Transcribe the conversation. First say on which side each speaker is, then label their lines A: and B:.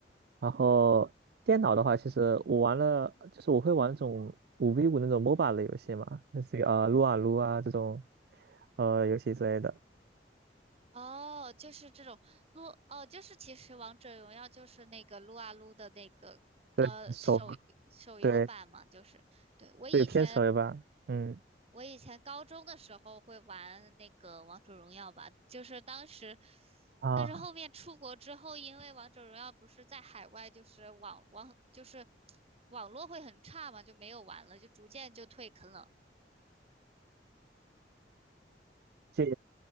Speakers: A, on the right; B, on the right.
A: 然后电脑的话，其实我玩了，就是我会玩那种五 v 五那种 MOBA 的游戏嘛，那些啊撸啊撸啊这种呃游戏之类的。
B: 哦，就是这种撸哦，就是其实王者荣耀就是那个撸啊撸的那个呃手手游版嘛，
A: 对手，对
B: 就是对我以前
A: 对偏手游吧，嗯
B: 我以前高中的时候会玩那个王者荣耀吧，就是当时，
A: 啊，
B: 但是后面出国之后，因为王者荣耀不是在海外就是网网就是网络会很差嘛，就没有玩了，就逐渐就退坑了。
A: 信